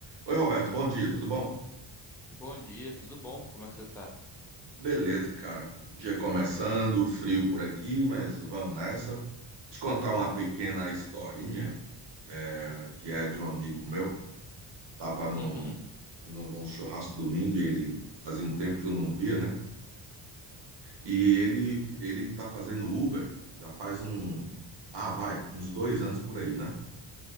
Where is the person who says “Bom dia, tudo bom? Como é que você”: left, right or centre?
Centre